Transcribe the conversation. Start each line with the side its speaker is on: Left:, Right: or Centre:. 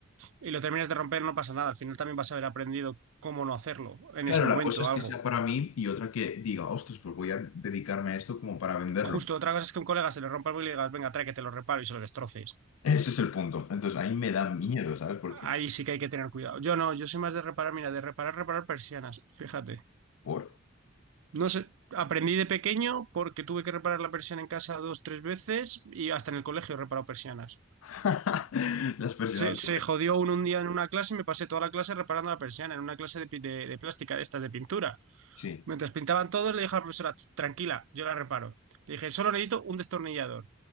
Right: y lo terminas de romper, no pasa nada. Al final también vas a haber aprendido cómo no hacerlo en
Left: claro,
Right: ese momento,
Left: la cosa es
Right: algo.
Left: que sea para mí y otra que diga, ostras, pues voy a dedicarme a esto como para venderlo.
Right: Justo otra cosa es que a un colega se le rompa el móvil y le digas, venga, trae que te lo reparo y se lo destroces.
Left: Ese es el punto. Entonces ahí me da miedo, ¿sabes? Porque
Right: Ahí sí que hay que tener cuidado. Yo no, yo soy más de reparar, mira, de reparar, reparar persianas, fíjate.
Left: por
Right: No sé, aprendí de pequeño porque tuve que reparar la persiana en casa dos, tres veces y hasta en el colegio he reparado persianas.
Left: <laughs> las personas.
Right: Se, se jodió un, un día en una clase y me pasé toda la clase reparando la persiana en una clase de, pi- de, de plástica, de estas de pintura.
Left: Sí.
Right: Mientras pintaban todos, le dije a la profesora, "Tss, tranquila, yo la reparo. Le dije, solo necesito un destornillador.